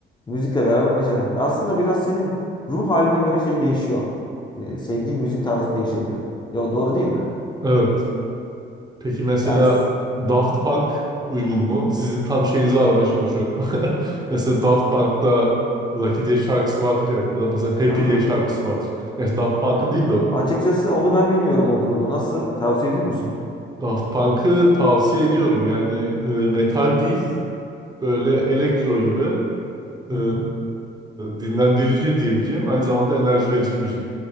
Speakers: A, on the left; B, on the right.
A: müzikle beraber neşelen. Aslında biraz senin ruh haline göre şey değişiyor. Ee, sevdiğin müzik tarzı değişebiliyor. Ya doğru değil mi?
B: Evet. Peki mesela
A: Yani
B: Daft
A: Hı hı.
B: Punk uygun mu? Sizin tam şeyinizi aramaya çalışıyorum. <laughs> Mesela Daft Punk'ta Lucky diye şarkısı vardır ya ya da mesela Happy
A: Hı hı.
B: diye şarkısı vardır. Yani Daft Punk'ın değil de o.
A: Açıkçası onu ben bilmiyorum o grubu. Nasıl? Tavsiye ediyor musun?
B: Daft Punk'ı tavsiye ediyorum. Yani e, metal değil, böyle elektro gibi.
A: Hı
B: e,
A: hı.
B: dinlendirici diyebileceğim aynı zamanda enerji verici müzik.